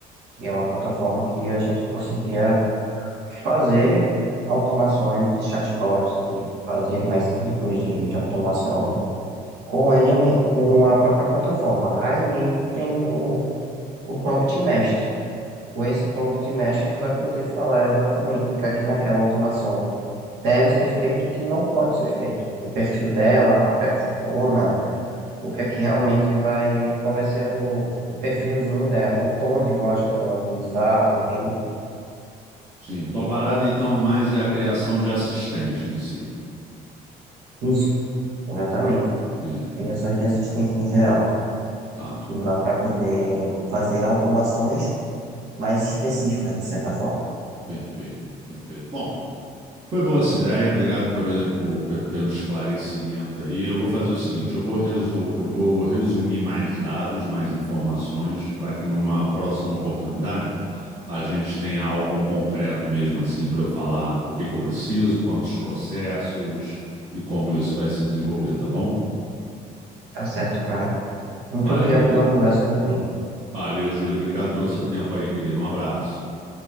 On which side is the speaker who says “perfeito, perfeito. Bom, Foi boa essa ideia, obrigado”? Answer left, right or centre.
Right